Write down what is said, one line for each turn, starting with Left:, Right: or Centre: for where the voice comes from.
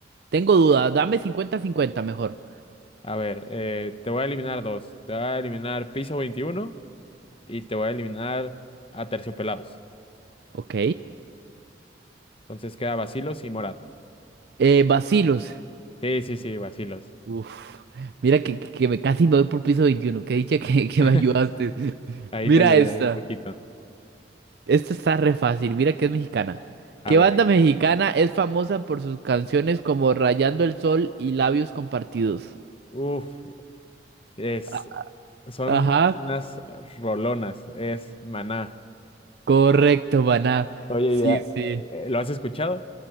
Right: Tengo duda, dame cincuenta-cincuenta mejor.
Left: A ver, eh, te voy a eliminar dos. Te voy a eliminar Piso Veintiuno y te voy a eliminar Aterciopelados.
Right: Ok.
Left: Entonces queda Bacilos y Morat.
Right: Eh, Bacilos.
Left: Sí, sí, sí, vacilos.
Right: Uf. Mira que, que que me casi me voy por piso veintiuno, Qué dicha que, que
Left: <laughs>
Right: me ayudaste. <laughs>
Left: Ahí
Right: Mira
Left: te ayudé
Right: esta.
Left: un poquito.
Right: Esta está re fácil. Mira que es mexicana.
Left: A
Right: ¿Qué
Left: ver,
Right: banda
Left: a ver.
Right: mexicana es famosa por sus canciones como Rayando el Sol y Labios Compartidos?
Left: Uf, es,
Right: A-
Left: son
Right: Ajá.
Left: unas rolonas, es maná.
Right: Correcto, maná.
Left: Oye,
Right: Sí,
Left: ya,
Right: sí.
Left: eh, ¿lo has escuchado?